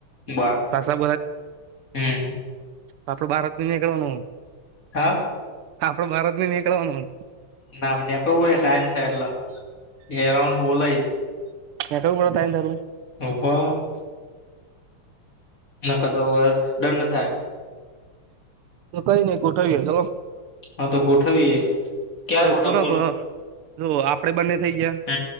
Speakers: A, on the left; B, on the right.
A: બ
B: પાછા
A: હમ.
B: આપલો ભારત દુનિયાકડ બનાવું.
A: હા.
B: આપડે ભારત ની નીકળવાનું.
A: ના નીકળવું હોય ટાઈમ થાય એટલે, અરાઉન્ડ બોલાય.
B: કું કડા ત ત.
A: નભવા. <unintelligible> નખતો બ દંડ થાય.
B: તો કઈ નહી કોઠવીયા ચલો.
A: હા તો ગોઠવીએ, ક્યારે ગોઠવ
B: કોના
A: બોલો.
B: કોના જો આપડે બંને થઈ ગયા
A: હ